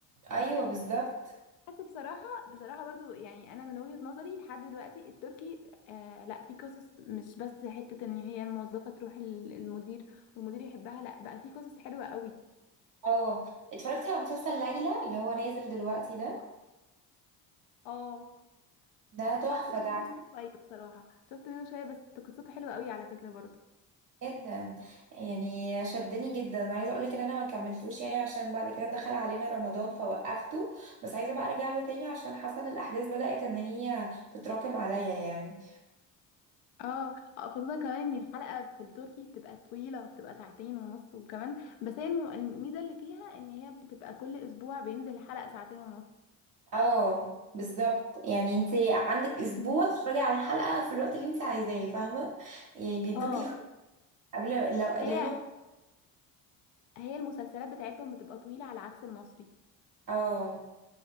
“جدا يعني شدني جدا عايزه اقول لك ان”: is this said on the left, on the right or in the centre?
Right